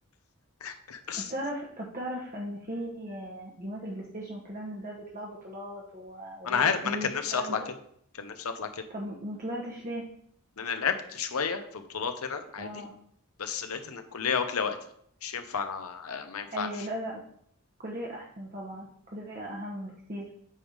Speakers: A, on the left; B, on the right.
A: <laughs>
B: طب تعرف طب تعرف إن في جيمات البلاي ستيشن والكلام من ده بيطلعوا بطولات و- وبياخدوا
A: ما انا عارف
B: فلوس
A: ما انا كان نفسي
B: والكلام
A: اطلع
B: ده
A: كده كان نفسي اطلع كده
B: طب مطلعتش ليه؟
A: لان أنا لعبت شويه في بطولات هنا عادي
B: اه
A: بس لقيت ان الكليه واكله وقتي مش ينفع انا ما ينفعش
B: أيوه لا لا الكلية أحسن طبعا الكلية أهم بكتير